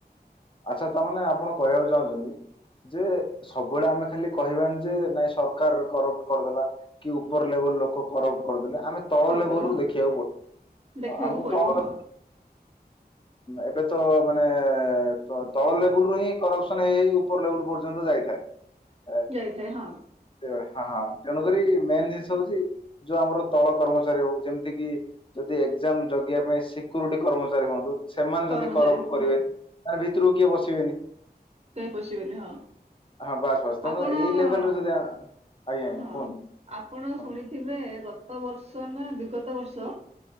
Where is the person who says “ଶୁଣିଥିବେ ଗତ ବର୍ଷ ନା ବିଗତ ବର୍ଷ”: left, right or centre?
Right